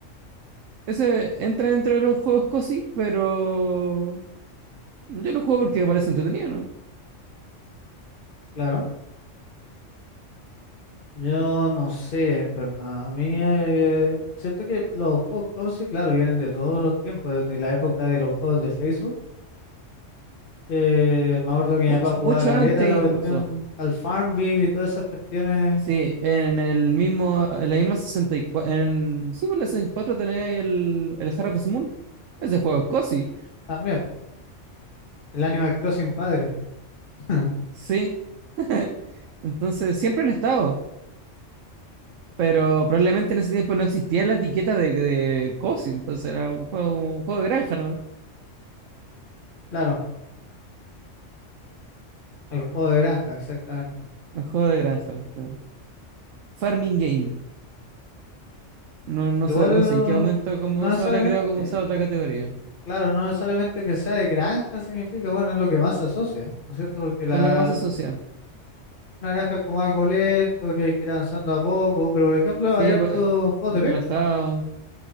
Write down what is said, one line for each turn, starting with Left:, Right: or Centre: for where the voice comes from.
Right: Ese entra dentro de los juegos cosi, pero yo lo juego porque me parece entretenido, ¿no?
Left: Claro. Yo no sé, en verdad. A mí eh, siento que los juegos cozy, claro, vienen de todos los tiempos, desde la época de los juegos de Facebook, que
Right: De,
Left: me acuerdo que
Right: mucho,
Left: mi papá jugaba
Right: mucho
Left: caleta
Right: antes
Left: la cuestión
Right: incluso.
Left: al Farmville y todas esas cuestiones
Right: Sí, en el mismo, en la misma 64, en, sí, por la 64 tenía ahí el, el Harvest Moon. Ese juego es cozy,
Left: también. El Animal Crossing padre, <laughs>
Right: sí. <laughs> Entonces siempre han estado, pero probablemente en ese tiempo no existía la etiqueta de, de cozy, entonces era un juego, como un juego de granja, ¿no?
Left: claro, el juego de granja, exactamente.
Right: Un juego de granja. claro. Farming game. No, no
Left: Igual,
Right: sé, no sé en qué momento cómo
Left: no necesariamente,
Right: se habrá creado como esa otra categoría.
Left: claro, no necesariamente que sea de granja significa, bueno, es lo que más se asocia, ¿no es cierto? Porque la,
Right: Es lo que más se asocia.
Left: naranja es como algo lento, que hay que ir avanzando a poco, pero por ejemplo
Right: Sí,
Left: hay hartos
Right: pues, eh,
Left: juegos
Right: eh,
Left: de
Right: relajado.
Left: pesca,